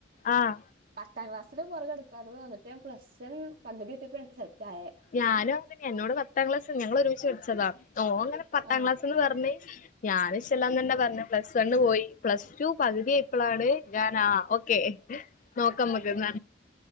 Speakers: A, on the left; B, on the right.
A: ആഹ്
B: പത്താം ക്ലാസ് ചെല വെറക് എട്ക്കാത്തത് വന്ന്ട്ടേ പ്ലസ്സറ് കണ്ണ് കേറ്റിയപ്പേണ് എനിക്ക് സെറ്റായേ
A: ഞാനും അങ്ങനെതന്നെ എന്നോട് പത്താം ക്ലാസ് ഞങ്ങള് ഒരുമിച്ച് പഠിച്ചതാ ഓ അങ്ങനെ പത്താം
B: ആ
A: ക്ലാസ്ന്ന് പർണ് ഞാനും ഇഷ്ടല്ലാനെല്ല പർണ് പ്ലസ് വണ്ണ് പോയി പ്ലസ് ടു പക് തി ആയിപ്പളാണ് ഞാനാ ആഹ് ഒ കെ നോക്കഅമ്മക്ക്ന്ന